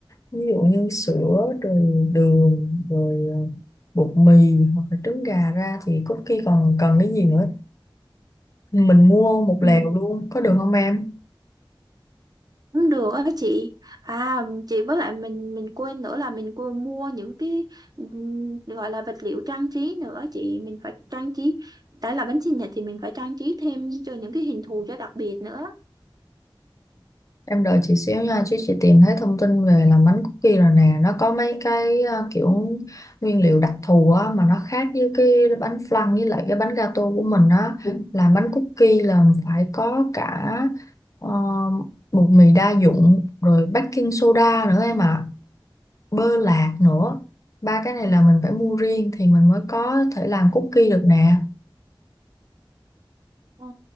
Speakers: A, on the left; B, on the right.
A: ví dụ như sữa rồi đường rồi ờ, bột mì hoặc là trứng gà ra thì cookie còn cần cái gì nữa. Mình mua một
B: Ừ.
A: lèo luôn có được không em?
B: cũng được á chị à chị với lại mình mình quên nữa là mình quên mua những cái ừm, gọi là vật liệu trang trí nữa chị mình phải trang trí đã là bánh sinh nhật thì mình phải trang trí thêm cho những cái hình thù cho đặc biệt nữa
A: Em đợi chị xíu nha chứ chị tìm thấy thông tin về làm bánh cookie rồi nè nó có mấy cái ờ, kiểu nguyên liệu đặc thù á mà nó khác với cái bánh flan với lại cái bánh gato của mình á Ừ. làm bánh cookie là phải có cả ờ, bột mì đa dụng rồi baking soda nữa em ạ bơ lạc nữa ba cái này là mình phải mua riêng thì mình mới có thể làm cookie được nè
B: Ờ,